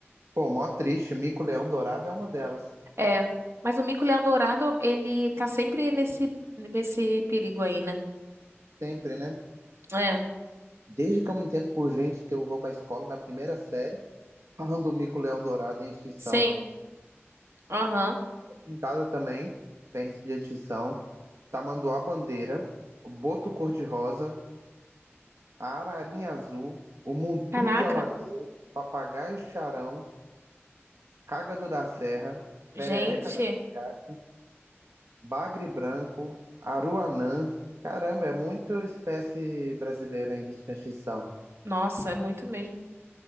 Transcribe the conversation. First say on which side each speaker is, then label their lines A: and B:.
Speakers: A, on the right; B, on the right.
A: Pô, mó triste, mico-leão dourado é uma delas.
B: é. Mas o mico-leão dourado, ele tá sempre nesse, nesse perigo aí, né?
A: Sempre, né?
B: É.
A: Desde que eu me entendo por gente que eu vou pra escola na primeira série, falando do mico-leão dourado em extinção.
B: Sim. Aham.
A: Pintada também, tem risco de extinção. Tamanduá bandeira, o boto cor-de-rosa, a ararinha azul, o muntum
B: Caraca.
A: de alagoas, papagaio charão, cágado da serra,
B: Gente.
A: perereca da picada, bagre branco, aruanã. Caramba, é muita espécie brasileira em risco de extinção.
B: Nossa, é muito mesmo.